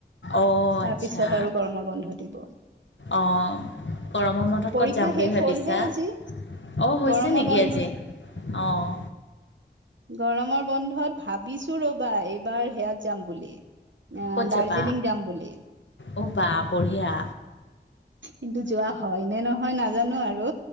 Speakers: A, on the left; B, on the right.
A: অ
B: তাৰ
A: আচ্ছা
B: পিছত আৰু গৰমৰ বন্ধ দিব
A: অহ। অ গৰমৰ বন্ধত
B: পৰীক্ষা
A: ক'ত যাম
B: শেষ
A: বুলি ভাবিছা?
B: হলহে আজি
A: অঁ হৈছে
B: গৰমৰ
A: নিকি
B: বন্ধ
A: আজি অঁ।
B: গৰমৰ বন্ধত ভাবিছোঁ ৰবা এইবাৰ সেয়াত যাম বুলি। অ
A: ক'ত যাবা
B: দাৰ্জিলিং যাম বুলি।
A: অ বা, বঢ়িয়া
B: কিন্তু যোৱা হয় নে নহয় নাজানো আৰু।